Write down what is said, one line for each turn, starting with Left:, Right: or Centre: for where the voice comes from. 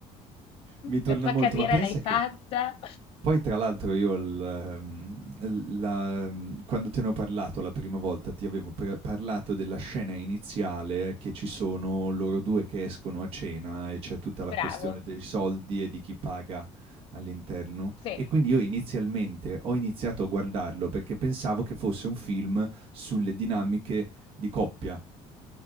Right: mi torna
Left: la tua
Right: molto,
Left: carriera
Right: ma pensa
Left: l'hai fatta,
Right: che Poi tra l'altro io il, ehm, la- ehm, quando te ne ho parlato la prima volta ti avevo pre- parlato della scena iniziale che ci sono loro due che escono a cena e c'è tutta la
Left: bravo,
Right: questione dei soldi e di chi paga all'interno
Left: sì.
Right: e quindi io inizialmente ho iniziato a guardarlo perché pensavo che fosse un film sulle dinamiche di coppia.